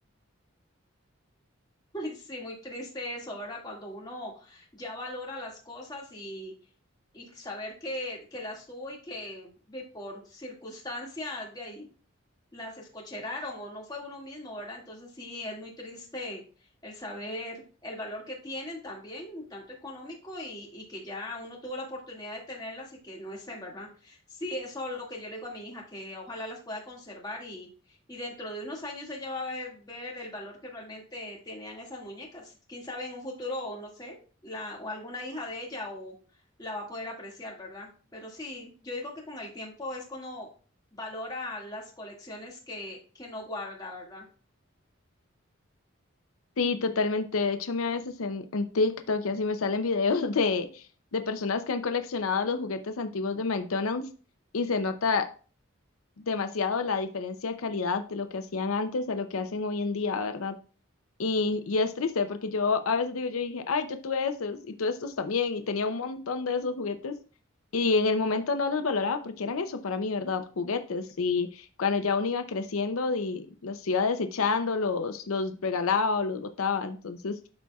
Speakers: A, on the left; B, on the left.
A: <laughs> Ay, Sí, muy triste eso, ¿verdad? Cuando uno ya valora las cosas y y saber que, que las tuvo y que ve, por circunstancias de ahí las escocheraron o no fue uno mismo, ¿verdad? Entonces sí, es muy triste el saber el valor que tienen también, tanto económico y, y que ya uno tuvo la oportunidad de tenerlas y que no estén, ¿verdad? Sí, eso es lo que yo le digo a mi hija, que ojalá las pueda conservar y, y dentro de unos años ella va a ver, ver el valor que realmente tenían esas muñecas. Quién sabe en un futuro, o no sé, la, o alguna hija de ella o la va a poder apreciar, ¿verdad? Pero sí, yo digo que con el tiempo es cuando valora las colecciones que, que no guarda, ¿verdad?
B: Sí, totalmente. De hecho, a mí a veces en, en TikTok y así me salen <laughs> videos de, de personas que han coleccionado los juguetes antiguos de McDonald's y se nota demasiado la diferencia de calidad de lo que hacían antes a lo que hacen hoy en día, ¿verdad? Y, y es triste porque yo a veces digo, yo dije, ay, yo tuve esos y tuve estos también y tenía un montón de esos juguetes y en el momento no los valoraba porque eran eso para mí, ¿verdad? Juguetes y cuando ya uno iba creciendo y los iba desechando, los, los regalaba o los botaba, entonces...